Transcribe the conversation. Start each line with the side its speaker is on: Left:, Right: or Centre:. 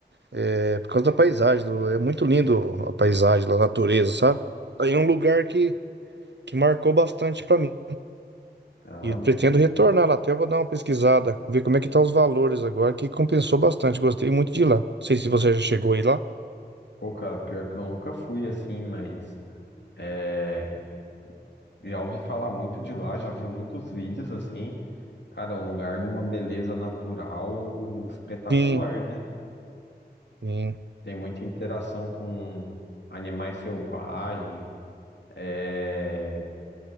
Right: é, por causa da paisagem, do- é muito lindo a paisagem, lá, a natureza, sabe? Aí é um lugar que que marcou bastante para mim.
Left: Ah,
Right: E eu pretendo retornar lá até, eu vou dar uma pesquisada, ver como é que tá os valores agora, que compensou bastante, gostei muito de ir lá. Não sei se você já chegou aí lá.
Left: pô, cara, pior que eu nunca fui assim, mas. é, Já ouvi falar muito de lá, já vi muitos vídeos assim. Cara, é um lugar de uma beleza natural espetacular,
Right: Sim,
Left: né?
Right: sim.
Left: Tem muita interação com animais selvagens, é...